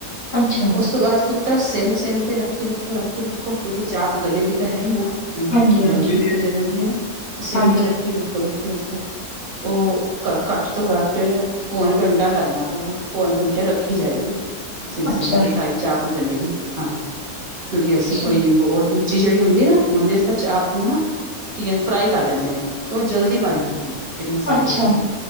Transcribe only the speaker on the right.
ਉਸ ਤੋਂ ਬਾਅਦ ਪੁੱਤਰ ਸਿਮ-ਸਿਮ ਤੇ ਰੱਖੀ-ਰੱਖੋ, ਰੱਖੀ-ਰੱਖੋ। ਕਿਉਂਕਿ ਚਾਪ ਗਲੇਗੀ ਤਾਂ ਹੈ ਈ ਨਾਂ ਅੰਦਰ।
ਗੱਲਣੀ
ਵੀ ਤਾਂ ਜ਼ਰੂਰੀ ਹੈਨਾ! ਸਿਮ
ਤੇ ਰੱਖੀ-ਰੱਖੋ, ਰੱਖੀ-ਰੱਖੋ। ਓ ਘੱਟ ਤੋਂ ਘੱਟ ਪੌਣ ਘੰਟਾ ਲੱਗਣਾ ਪਏਗਾ, ਪੌਣ ਘੰਟੇ ਰੱਖੀ ਜਾਏਗੀ। ਸਿਮ-
ਸਿਮ ਤੇ ਤਾਈ ਚਾਪ ਗਲੇਗੀ ਹਾਂ ਕਿਉਂਕਿ ਅਸੀਂ
ਕੋਈ ਦੂਜੀ ਜਿਹੜੀ ਜਿਹੜੀ ਹੁੰਦੀ ਨਾ ਓਹਦੇ ਚ ਚਾਪ ਨੂੰ ਨਾ ਕੀ ਕਹਿੰਦੇ ਫਰਾਈ ਕਰ ਲੈਂਦੇ ਨੇ ਤੇ ਉਹ ਜਲਦੀ ਬਣ ਜਾਂਦੀ। ਜਿਹੜੀ ਮਸਾਲੇ
ਵਾਲੀ ਏ